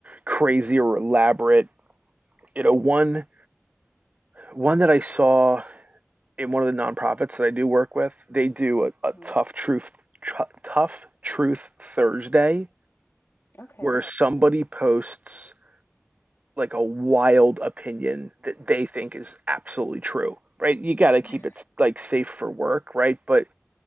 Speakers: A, on the right (about 30°); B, on the left (about 55°).
A: crazy or elaborate you know one one that i saw in one of the nonprofits that i do work with they do a,
B: Mm-hmm.
A: a tough truth tru tough truth thursday
B: Okay.
A: where somebody posts like a wild opinion that they think is absolutely true, right? You got to keep
B: <laughs>
A: it like safe for work, right? But